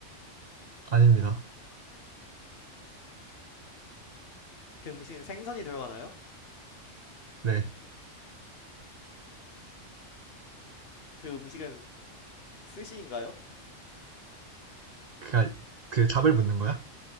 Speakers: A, on the right; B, on the left.
A: 아닙니다.
B: 그 음식은 생선이 들어가나요?
A: 네.
B: 그 음식은 스시인가요?
A: 그니까 그 답을 묻는 거야?